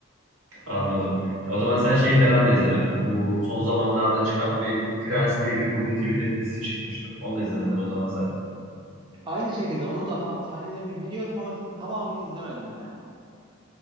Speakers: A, on the right (about 85°); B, on the right (about 20°).
A: Anladım. O zaman sen şey falan da izlemedin. Bu son zamanlarda çıkan bir Prens diye bir Blue TV'de bir dizi çıkmıştı. Onu da izlemedin
B: Ya,
A: o zaman sen.
B: Aynı şekilde onun da fa- sahnelerini biliyorum ama tamamını izlemedim yani.